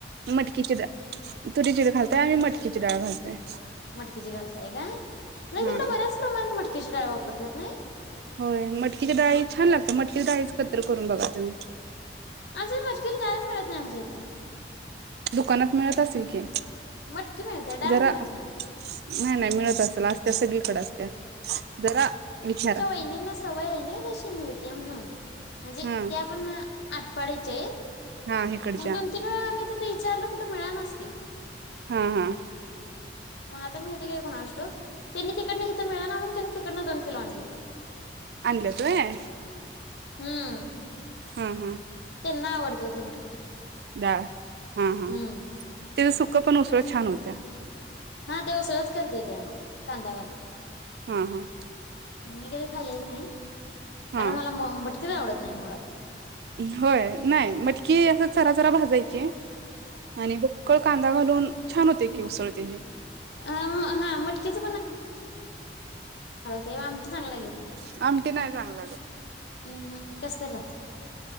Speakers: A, on the right; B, on the left.
A: मटकीचे डाळ तुरीची डाळ घालते आणि मटकीची डाळ घालते.
B: मटकीची घालताय का नाही
A: हा
B: तिकड बऱ्याच प्रमाणात मटकी. किती डाळ वापरतात नाही.
A: होय मटकीच्या डाळी छान लागते मटकीच्या डाळीच काहीतरी करून बघा तुम्ही.
B: आमच्या कडे मटकीेची डाळच मिळत नाही आमच्या इथं.
A: दुकानात मिळत असल की.
B: मटकी मिळते डाळ
A: जरा
B: मिळत नाही.
A: नाही नाही मिळत असत ला असत सगळीकडेच असते. जरा विचारा.
B: बहिणींना सवय आहे ना तशी मिळते म्हणून. म्हणजे
A: हा
B: त्या पण वेळा आठ. पढे चेयित.
A: हा इकडच्या
B: मग दोन तीन वेळा आम्ही तिथ विचारलं कुठे मिळा नसती.
A: हा हा.
B: मग आता मिळते काय कोणा असतो त्यांनी तिकडनं हे तर मिळ नाण तिकडन दोन. किलो आणली होती.
A: आणलं तय.
B: हम्म!
A: हा! हा!
B: त्यांना आवडते ती म्हट.
A: डाळ हा हा
B: हम्म.
A: ते सु. पण सळ्या छान होत्या.
B: हा ते उसळच करतेेते मग कांदा घालून.
A: हा हा
B: मी कधी खालेल नाही.
A: हा
B: कारण मला मटकीच आवडत नाही मुळात.
A: होय नाही, मटकी अस. भाजय. आणि भक्कळ कांदा घालून छान होते
B: हा.
A: की उसळतेचे.
B: अ हा मटकीच तेव आमटी चांगला गेल.
A: <unintelligible>
B: हम् कस लागते